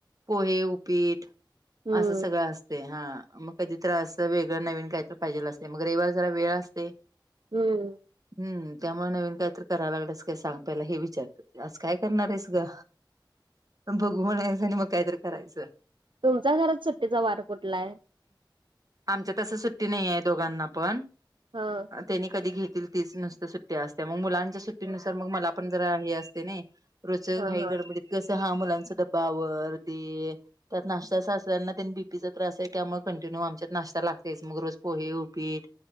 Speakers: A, on the right; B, on the right.
A: पोहे, उपीट
B: हम्म
A: असं सगळं असतय. हा मग कधी तर अस वेग ग नवीन काहीतर पाहिजेल असतय. मग रविवार जरा वेळ असतय.
B: हम्म.
A: हम्म. त्यामुळे नवीन काय तरी कराल्यास काय सांग पहिला हे विचारतात. आज काय करणार आहेस ग? बघू म्हणायचं आणि मग काहीतरी करायचं.
B: तुमच्या घरात सुट्टीचा वार कुठला हाय?
A: आमच्या तस सुट्टी नाही आहे दोघांना पण?
B: हा.
A: त्यांनी कधी घे तील तीच नुसत्या सुट्ट्या असत्या मग मुलांच्या सुट्टी नुसार मग मला पण जरा हे असतेय ने रोजच्या
B: हा
A: घाई
B: हा
A: गडबडीत कसं हा मुलांचा डब्बा आवर दे त्यात नाश्ता सासऱ्यांना तेन बीपीचा त्रास आहे. त्यामुळे कंटिन्यू आमच्यात नाश्ता लागतयच मग रोज पोहे, उपीट